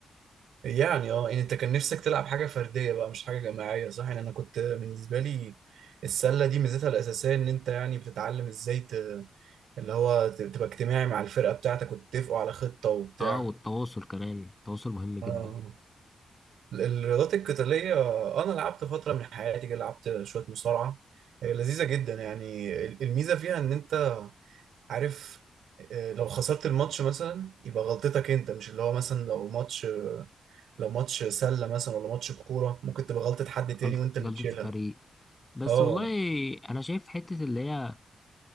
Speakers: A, on the right; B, on the left.
A: يعني اه يعني انت كان نفسك تلعب حاجه فرديه بقى مش حاجه جماعيه صح يعني انا كنت بالنسبه لي السله دي ميزتها الاساسيه ان انت يعني بتتعلم ازاي ت... اللي هو ت- تبقى اجتماعي مع الفرقه بتاعتك وتتفقوا على خطه وبتاع
B: اه والتواصل كمان التواصل مهم جدا
A: اه الرياضات القتاليه انا لعبت فتره من حياتي كده لعبت شويه مصارعه آه، لذيذه جدا يعني الميزه فيها ان انت عارف آه، لو خسرت الماتش مثلا يبقى غلطتك انت مش اللي هو مثلا لو ماتش لو ماتش سله مثلا ولا ماتش كوره ممكن تبقى غلطه حد تاني
B: غلطة
A: وانت اللي
B: غلطة
A: تشيلها
B: الفريق بس
A: اه
B: والله أنا شايف حتة اللي هي